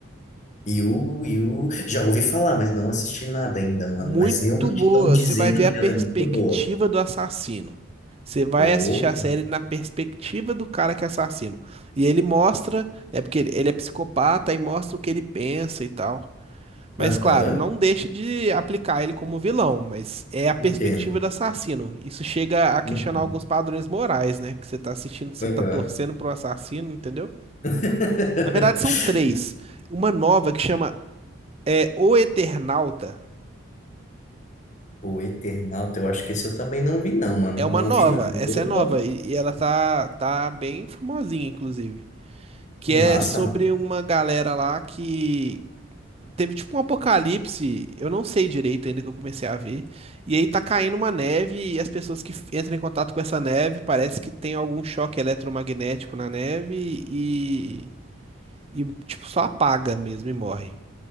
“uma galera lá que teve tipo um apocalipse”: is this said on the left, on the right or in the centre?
Right